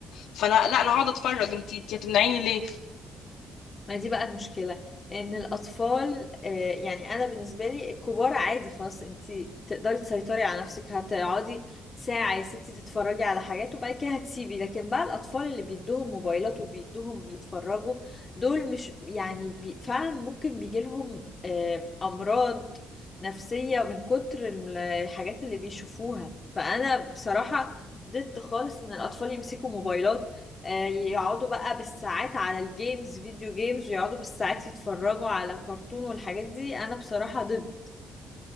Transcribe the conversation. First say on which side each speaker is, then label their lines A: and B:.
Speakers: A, on the left; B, on the left.
A: فانا لا انا هقعد اتفرج انت انت هتمنعيني ليه
B: ما دي بقى المشكلة ان الاطفال آه، يعني انا بالنسبة لي الكبار عادي خلاص انت تقدري تسيطري على نفسك هتقعدي ساعة يا ستي تتفرجي على حاجات وبعد كده هتسيبي لكن بقى الاطفال اللي بيدوهم موبايلات وبيدوهم يتفرجوا دول مش يعني بي فعلا ممكن بيجيلهم آه، امراض نفسية من كتر ال- الحاجات اللي بيشوفوها فانا بصراحة ضد خالص ان الاطفال يمسكوا موبايلات آه، يقعدوا بقى بالساعات على الجيمز فيديو جيمز ويقعدوا بالساعات يتفرجوا على كرتون والحاجات دي انا بصراحة ضد